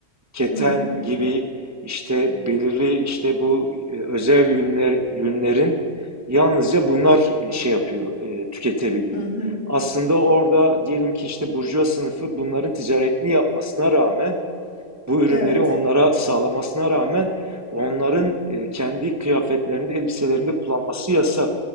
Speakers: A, on the right; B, on the left.
A: keten
B: hı hı
A: gibi işte belirli işte bu e, özel yünler yünlerin yalnızca bunlar e, şey yapıyor, e, tüketebiliyor.
B: hı. hı.
A: Aslında orada diyelim ki işte burjuva sınıfı bunların ticaretini yapmasına rağmen bu ürünleri
B: Evet.
A: onlara sağlamasına rağmen onların e, kendi kıyafetlerinde, elbiselerinde kullanması yasak.